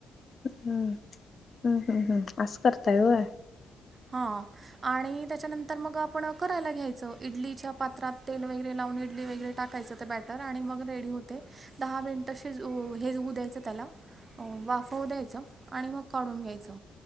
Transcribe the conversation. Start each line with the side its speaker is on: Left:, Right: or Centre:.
Left: हम्म, हम्म, हम्म, हम्म असं करता होय.
Right: हा आणि त्याच्यानंतर मग. आपण करायला घ्यायचं इडलीच्या पात्रात तेल वगैरे लावून इडली वगैरे टाकायचं ते बॅटर आणि मग रेडी. होते दहा मिनिट हे हेऊ द्यायचं त्याला. अ वाफवं द्यायच आणि मग काढून घ्यायचं.